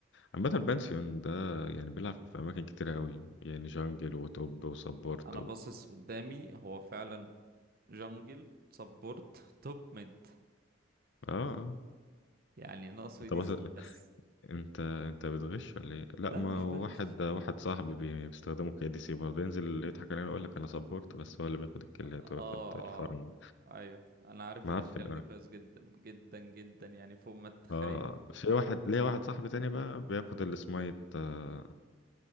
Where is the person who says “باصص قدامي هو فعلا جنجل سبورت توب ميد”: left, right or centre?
Right